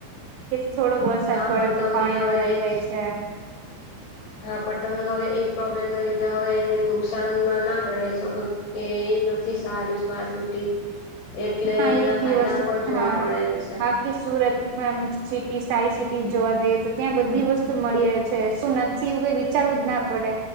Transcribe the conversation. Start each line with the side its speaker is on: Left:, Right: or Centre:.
Right: કે થોડો વરસાદ
Left: હા
Right: પડે
Left: પણ તમે
Right: તો પાણી
Left: હવે
Right: ભરાઈ જાય છે
Left: હા પણ તમે હવે એક પ્રોબ્લેમ ના લીધે હવે એને નુકસાનમાં ના ગણાવ શકો. કે એ નથી સ સ્માર્ટ સિટી. એટલે
Right: હા
Left: એના
Right: એ બી
Left: ફાયદા
Right: વસ્તુ
Left: પણ જોવા
Right: હા
Left: પડે છે.
Right: બાકી સુરત માં સિટી સારી સિટી જોવા જઈએ તો ત્યાં બધી વસ્તુ મળી રહે છે શું નથી એવું કે. ચાલુ જ ના પડે